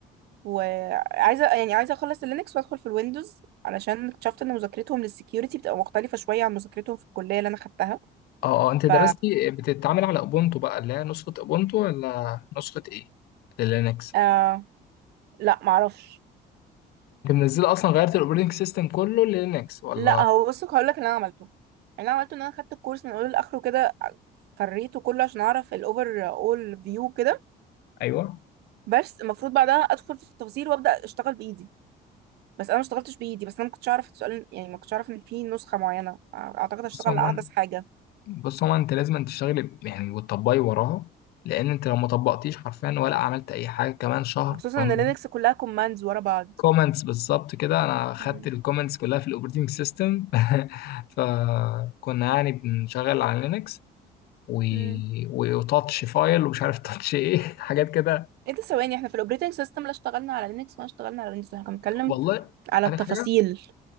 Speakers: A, on the right; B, on the left.
A: وعايزه يعني عايزه اخلص اللينكس وادخل في الويندوز علشان اكتشفت ان مذاكرتهم للسكيورتي بتبقى مختلفه شويه عن مذاكرتهم في الكليه اللي انا خدتها
B: اه اه انت درستي
A: ف
B: آه، بتتعامل على اوبونتو بقى اللي هي نسخه اوبونتو ولا نسخه ايه لينكس
A: آه لا معرفش
B: انت منزله اصلا غيرت الاوبريتنج سيستم كله للينكس ولا
A: لا هو بص هقول لك اللي انا عملته اللي انا عملته ان انا خدت الكورس من اوله لاخره كده فريته كله عشان اعرف الاوفر اول فيو كده
B: ايوه
A: بس المفروض بعدها ادخل في التفاصيل وابدا اشتغل بايدي بس انا ما اشتغلتش بايدي بس انا ما كنتش اعرف السؤال يعني ما كنتش اعرف ان في نسخه معينه اعتقد اشتغل
B: بص عموما
A: على احدث حاجه
B: بص عموما انت لازم تشتغلي يعني وتطبقي وراها لان انت لو ما طبقتيش حرفيا ولا عملت اي حاجه كمان شهر
A: وخصوصا
B: كمان
A: ان لينكس كلها كوماندز ورا بعض
B: كومنتس بالظبط كده انا خدت
A: امم
B: الكومنتس كلها في الاوبريتنج سيستم <laughs> فكنا يعني بنشغل على لينكس و...
A: امم
B: و- وتاتش فايل ومش عارف تاتش ايه <laughs> حاجات كده
A: ايه ده ثواني احنا في الاوبريتنج سيستم لا اشتغلنا على لينكس ولا اشتغلنا على ويندوز احنا كنا بنتكلم
B: والله
A: على
B: عارف
A: التفاصيل
B: حاجه